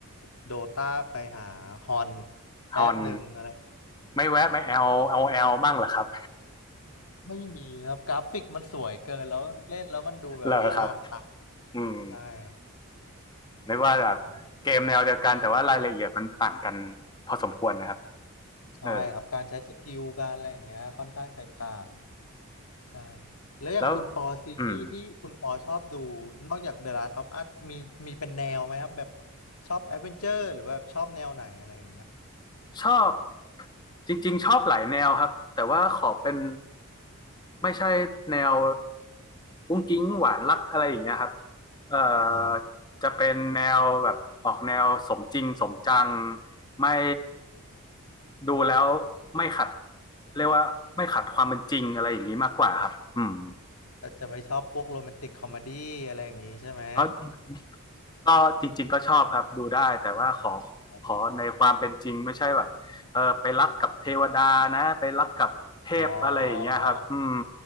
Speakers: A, on the left; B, on the left.
A: โดตาไปหาฮอนแป๊บหนึ่งอะไร
B: ฮอนไม่แวะไม่แอลเอาแอลบ้างเหรอครับ
A: ไม่มีนะครับกราฟิกมันสวยเกินแล้วเล่นแล้วมันดูแบบละลานตา
B: <laughs> เหรอครับอืม
A: ได้ครับ
B: นึกว่าแบบเกมแนวเดียวกันแต่ว่ารายละเอียดมันต่างกัน
A: อืม
B: พอสมควรนะครับ
A: ใช่ครับการใช้สกิลการอะไรอย่างเงี้ยค่อนข้างแตกต่าง
B: เออ
A: ใช่ครับแล้วอย่างคุณปอซีรีส์ที่คุณปอชอบดู
B: แล้วอืม
A: นอกจาก The Last of Us มีมีเป็นแนวไหมครับแบบชอบแอดเวนเจอร์หรือว่าแบบชอบแนวไหนอะไรอย่างเงี้ย
B: ชอบจริงๆชอบหลายแนวครับแต่ว่าขอเป็นไม่ใช่แนวกุ้งกิ๊งหวานรักอะไรอย่างเงี้ยครับเอ่อ
A: อ่า
B: จะเป็นแนวแบบออกแนวสมจริงสมจังไม่ดูแล้วไม่ขัดเรียกว่าไม่ขัดความเป็นจริงอะไรอย่างนี้มากกว่าครับอืม
A: ก็จะไม่ชอบพวกโรแมนติกคอมเมดี้อะไรอย่างงี้ใช่ไหม
B: ก็ก็จริงๆก็ชอบครับดูได้แต่ว่าขอ
A: อ๋อดูดู
B: ขอในความเป็นจริงไม่ใช่แบบเออไปรักกับเทวดานะไปรักกับเทพอะไรอย่างเงี้ยครับอืม
A: อ๋ออ๋ออ๋อ